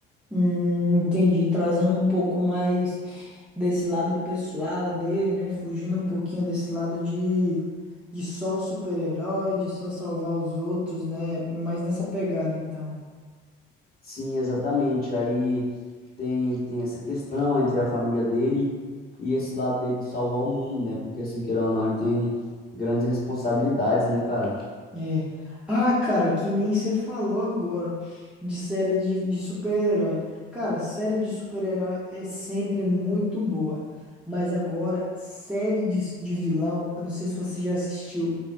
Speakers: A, in the centre; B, on the left.
A: Hum, entendi. Trazendo um pouco mais. desse lado pessoal dele, né? Fugindo um pouquinho desse lado de, de só super-herói, de só salvar os outros, né? Mais nessa pegada, então.
B: Sim, exatamente, aí tem, tem essa questão entre a família dele e esse lado dele de salvar o mundo, né, porque assim, querendo ou não, ele tem grandes responsabilidades, né, cara?
A: É. Ah, cara, que nem você falou agora de série de, de super-herói. Cara, série de super-herói é sempre muito boa. Mas agora, série de, de vilão, eu não sei se você já assistiu